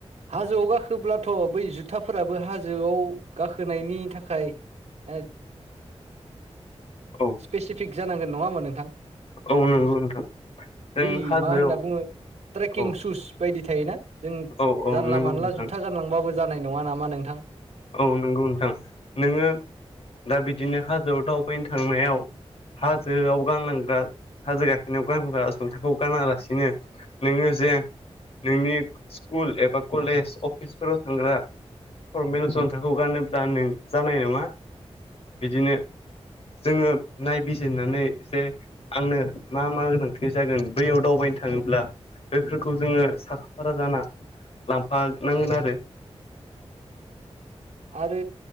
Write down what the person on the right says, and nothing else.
हाजोआव गाखोब्लाथ' बै जुथाफोराबो हाजोआव गाखोनायनि थाखाय। <unintelligible>
स्पेसिफिक जानांगोन नङा होमबा नोंथां।
बै
मा होनना बुङो ट्रेकिं
सुस बायदि थायोना। जों
जानला
मानला
जुथा गानलांबाबो जानाय नङा नामा नोंथां।
आरो